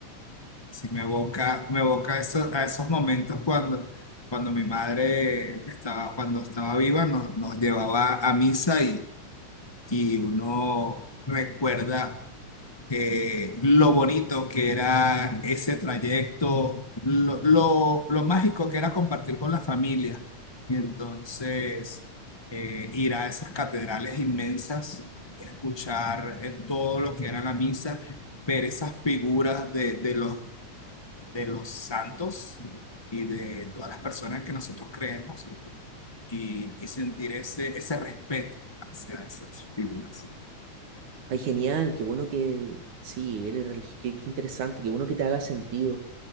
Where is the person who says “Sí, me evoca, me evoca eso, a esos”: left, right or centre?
Left